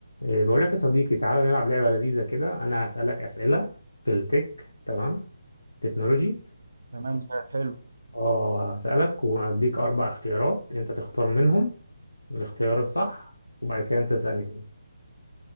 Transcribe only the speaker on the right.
تمام زي حلو